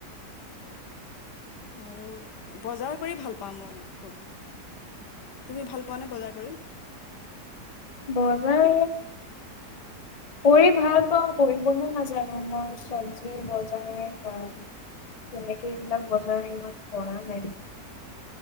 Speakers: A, on the left; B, on the left.
A: আৰু বজাৰ কৰি ভাল পাওঁ মই খুব। তুমি ভাল পোৱানে বজাৰ কৰি?
B: বজাৰ কৰি ভাল পাওঁ কৰিবহে নাজানো। মই চব্জি বজাৰ বা তেনেকে এইবিলাক বজাৰ ইমান কৰা নাই।